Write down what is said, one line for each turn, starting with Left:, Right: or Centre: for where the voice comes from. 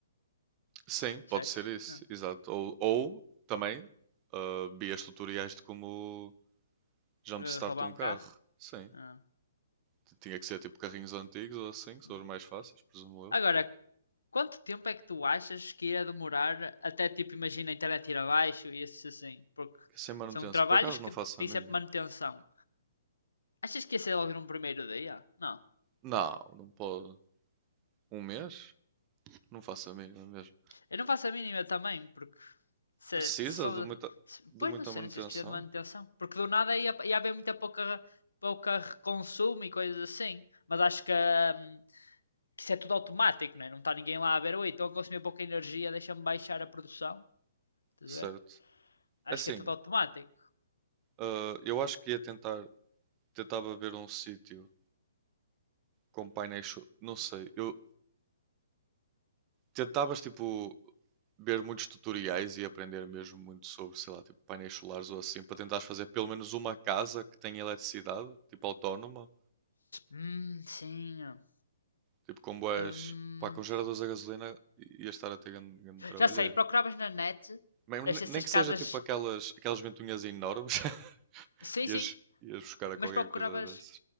Right: Sim, pode
Left: certo?
Right: ser isso,
Left: Ah.
Right: exato. Ou, ou também ah, vias tutoriais de como jumpstart
Left: Eh, roubar
Right: um
Left: um
Right: carro.
Left: carro?
Right: Sim,
Left: Ah,
Right: T- tinha que ser tipo carrinhos antigos ou assim, que são
Left: ah.
Right: os mais fáceis, presumo eu.
Left: Agora, quanto tempo é que tu achas que ia demorar até, tipo, imagina a internet ir abaixo e isso assim? Porque
Right: Que Sem manutenção,
Left: são trabalhos
Right: por acaso
Left: que
Right: não faço
Left: têm
Right: a mínima.
Left: sempre manutenção. Achas que ia ser logo no primeiro dia? Não.
Right: Não, não pode. Um mês? Não faço a mínima mesmo.
Left: Eu não faço a mínima também, porque se,
Right: Precisa
Left: se só.
Right: de muita,
Left: se-
Right: de
Left: pois
Right: muita
Left: não sei,
Right: manutenção,
Left: não sei se precisa de manutenção. Porque do nada ia, ia haver muita pouca, pouca consumo e coisas assim. Mas acho que, hum, que isso é tudo automático, né? não está ninguém lá a ver, oi, estão a consumir pouca energia, deixa-me baixar a produção. Estás
Right: certo?
Left: a ver? Acho
Right: É Assim,
Left: que é tudo automático.
Right: ah, eu acho que ia tentar, tentava ver um sítio com painéis, so- não sei, eu tentavas tipo ver muitos tutoriais e aprender mesmo muito sobre, sei lá, tipo painéis solares ou assim, para tentares fazer pelo menos uma casa que tenha eletricidade, tipo autónoma,
Left: Hum, sim.
Right: tipo com boas,
Left: Hum,
Right: pá, com geradores a gasolina ia estar a ter grande, grande trabalheiro.
Left: já sei, procuravas na net
Right: Mesmo
Left: essas
Right: ne- nem que
Left: casas.
Right: seja tipo aquelas, aquelas ventoinhas enormes <laughs>
Left: Sim,
Right: Ias,
Left: sim,
Right: ias buscar a
Left: mas
Right: qualquer
Left: procuravas
Right: coisa dessas.